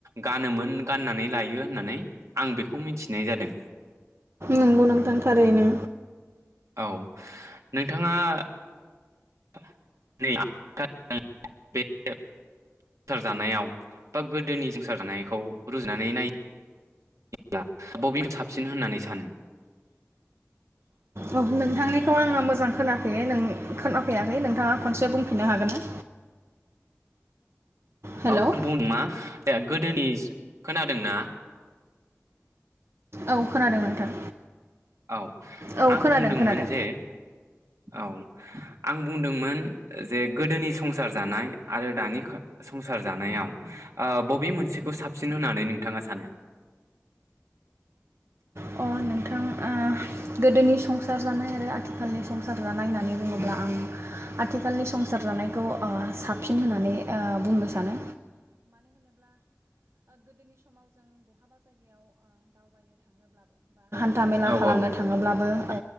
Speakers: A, on the right (about 80°); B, on the right (about 55°).
A: गानोमोन गाननानै लायो होननानै आं बेखौ मिथिनाय जादों।
B: नंगौ नोंथां थारैनो।
A: औ नोंथाङा <unintelligible> संसार जानायाव बा गोदोनि संसार जानायखौ रुजुनानै नायो ब्ला बबे साबसिन होननानै सानो?
B: औ नोंथांनिखौ आङो मोजां खोनाफै- खोनाफैयाखै नोंथाङा खनसे बुंफिननो हागोन ना? हेल'
A: औ आं बुंदों मा दा गोदोनिस खोनादोंना?
B: औ खोनादों नोंथां।
A: औ
B: औ
A: आं
B: खोनादों
A: बुंदोंमोन
B: खोनादों
A: जे औ आं बुंदोंमोन जे गोदोनि संसार जानाय आरो दानि खो संसार जानायाव ओ बबे मोनसेखौ साबसिन होननानै नोंथाङा सानो?
B: अ नोंथां ओ गोदोनि संसार जानाय आरो आथिखालनि संसार जानाय होननानै बुङोब्ला आं आथिखालनि संसार जानायखौ ओ साबसिन होननानै ओ बुंनो सानो । थामेला
A: औ
B: खालामनोन।
A: औ
B: थाङोब्लाबो ओ